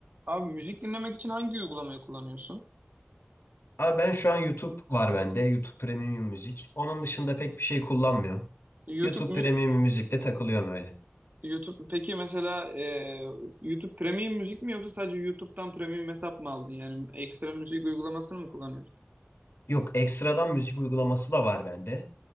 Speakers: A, on the right (about 45°); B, on the left (about 75°).
A: Abi müzik dinlemek için hangi uygulamayı kullanıyorsun?
B: Abi ben şu an YouTube var bende. YouTube Premium Müzik. Onun dışında pek bir şey kullanmıyorum.
A: YouTube
B: YouTube
A: mü?
B: Premium Müzik'te takılıyorum öyle.
A: YouTube peki mesela e, YouTube Premium müzik mi yoksa sadece YouTube'dan Premium hesap mı aldın? Yani ekstra müzik uygulamasını mı kullanıyorsun?
B: Yok ekstradan müzik uygulaması da var bende.